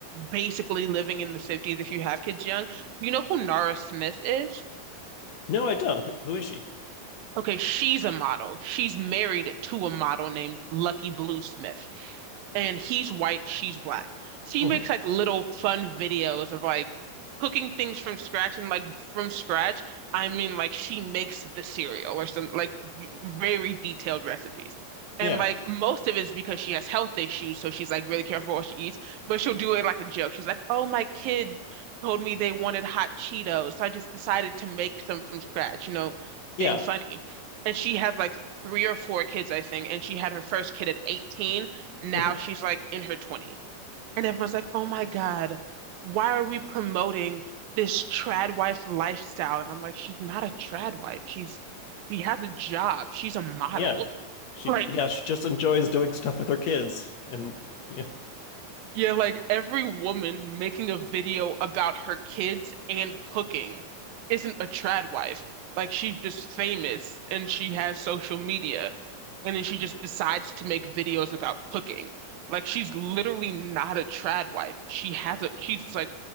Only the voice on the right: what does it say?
basically living in the 50s if you have kids young. You know who Nara Smith is?
Okay, she's a model. She's married to a model named Lucky Blue Smith. and he's white, she's black. She
makes like little fun videos of like cooking things from scratch and like from scratch, I mean like she makes the cereal or some like very detailed recipes. And
like most of it's because she has health issues, so she's like really careful what she eats, but she'll do it like a joke. She's like, "Oh, my kid told me they wanted hot Cheetos, so I just decided to make some from scratch," you know,
being funny. And she had like three or four kids, I think, and she had her first kid at 18 now
she's like in her 20s. And everyone's like, oh my God, why are we promoting this trad wife lifestyle? And I'm like, she's not a trad wife. She's, she has a job. She's a model.
<laughs>
Like,
Yeah, like every woman making a video about her kids and cooking isn't a trad wife. Like she's just famous and she has social media and then she just decides to make videos about cooking. Like she's literally not a trad wife. She has a she's like